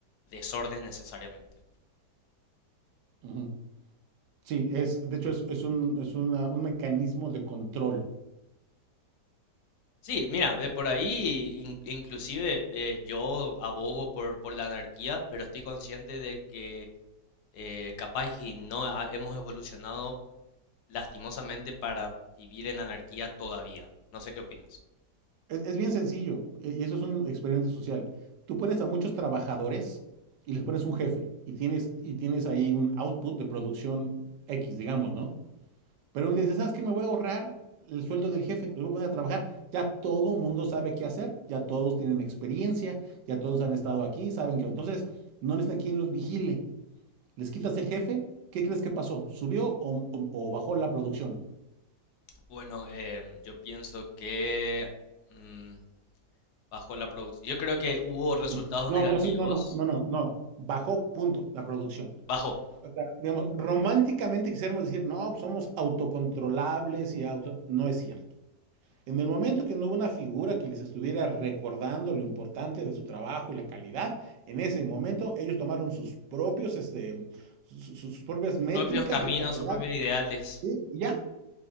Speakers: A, on the left; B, on the right.
A: desorden necesariamente.
B: Ujú. Sí, es, de hecho, es, es un, es una- un mecanismo de control.
A: Sí, mira, de por ahí in- inclusive eh, yo abogo por, por la anarquía, pero estoy consciente de que eh, capaz y no ha- hemos evolucionado lastimosamente para vivir en anarquía todavía. No sé qué opinas.
B: Es, es bien sencillo e- y eso es un experimento social. Tú pones a muchos trabajadores y les pones un jefe y tienes, y tienes ahí un output de producción X, digamos, ¿no? Pero un día dices, ¿sabes qué? Me voy a ahorrar el sueldo del jefe, los voy a poner a trabajar. Ya todo mundo sabe qué hacer, ya todos tienen experiencia, ya todos han estado aquí, saben que entonces no necesitan quien los vigile. les quitas el jefe, ¿qué crees que pasó? ¿Subió o, o- o bajó la producción?
A: Bueno, em, yo pienso que mm, bajó la producción. Yo creo que hubo resultados
B: Sí. No,
A: negativos.
B: no, sí, no, no, no, no, no. Bajó, punto, la producción.
A: Bajó
B: O sea, digamos, románticamente quisiéramos decir, no, pues somos autocontrolables y auto. No es cierto. En el momento que no hubo una figura que les estuviera recordando lo importante de su trabajo y la calidad, en ese momento ellos tomaron sus propios, este, su- sus propias
A: sus
B: métricas
A: propios caminos,
B: de calidad
A: sus propios ideales.
B: ¿sí? y ya.